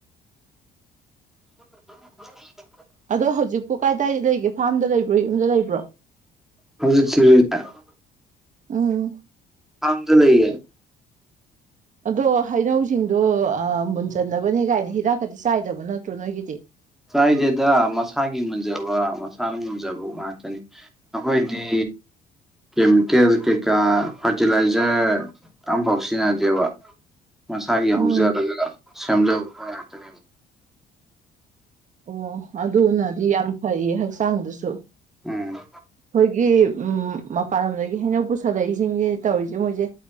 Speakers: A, in the centre; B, on the right.
A: <inaudible>
B: ꯑꯗꯣ ꯍꯧꯖꯤꯛꯄꯨ ꯀꯥꯏꯗꯥꯏ ꯂꯩꯒꯦ ꯐꯥ꯭ꯔꯝꯗ ꯂꯩꯕ꯭ꯔꯣ ꯌꯨꯝꯗ ꯂꯩꯕ꯭ꯔꯣ
A: ꯍꯧꯖꯤꯛꯁꯤ <unintelligible>
B: ꯎꯝ
A: ꯐꯥꯝꯗ ꯂꯩꯌꯦ
B: ꯑꯗꯣ ꯍꯩꯅꯧꯁꯤꯡꯗꯣ ꯑꯥ ꯃꯨꯟꯖꯟꯅꯕꯅꯦ ꯀꯥꯏꯅ ꯍꯤꯗꯥꯛꯀꯗꯤ ꯆꯥꯏꯗꯕ ꯅꯠꯇ꯭ꯔꯣ ꯅꯣꯏꯒꯤꯗꯤ
A: ꯆꯥꯏꯗꯦꯗ ꯃꯁꯥꯒꯤ ꯃꯨꯟꯖꯕ ꯃꯁꯥꯅ ꯃꯨꯟꯖꯕ ꯉꯥꯛꯇꯅꯤ ꯑꯩꯈꯣꯏꯗꯤ ꯀꯦꯃꯤꯀꯦꯜ ꯀꯩꯀꯥ ꯐꯔꯇꯤꯂꯥꯏꯖꯔ ꯑꯝꯕꯥꯎ ꯁꯤꯖꯤꯟꯅꯗꯦꯕ ꯃꯁꯥꯒꯤ
B: ꯎꯝ
A: ꯍꯧꯖꯕꯒ ꯁꯦꯝꯖꯕ ꯄꯣꯠ ꯉꯥꯛꯇꯅꯦꯕ
B: ꯑꯣ ꯑꯗꯨꯅꯗꯤ ꯌꯥꯝ ꯐꯩꯌꯦ ꯍꯛꯆꯥꯡꯗꯁꯨ
A: ꯎꯝ
B: ꯈꯣꯏꯒꯤ ꯎꯝ ꯃꯄꯥꯟ ꯂꯝꯗꯒꯤ ꯍꯩꯅꯧ ꯄꯨꯁꯜꯂꯛꯏꯁꯤꯡꯁꯦ ꯇꯧꯔꯤꯁꯦ ꯃꯣꯏꯁꯦ